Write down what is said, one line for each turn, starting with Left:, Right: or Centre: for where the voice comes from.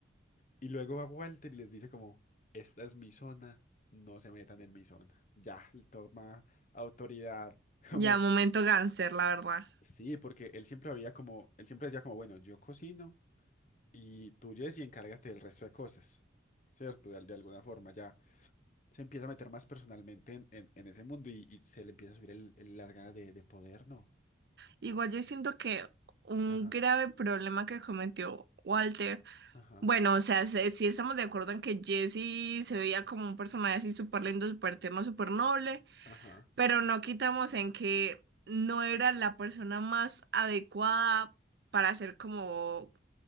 Left: Y luego va Walter y les dice como, esta es mi zona, no se metan en mi zona. Ya, él toma autoridad, <laughs> como,
Right: Ya, momento gánster, la verdad.
Left: sí, porque él siempre había como, él siempre decía como, bueno, yo cocino y tú, Jesse, encárgate del resto de cosas, ¿cierto? de de alguna forma, ya. se empieza a meter más personalmente en, en- en ese mundo y, y se le empieza a subir el- el- las ganas de, de poder, ¿no?
Right: Igual yo siento que un
Left: Ajá,
Right: grave problema que cometió Walter.
Left: ajá,
Right: Bueno, o sea, se- sí estamos de acuerdo en que Jesse se veía como un personaje así súper lindo, súper tierno, súper noble.
Left: ajá,
Right: pero no quitamos en que no era la persona más adecuada para ser como,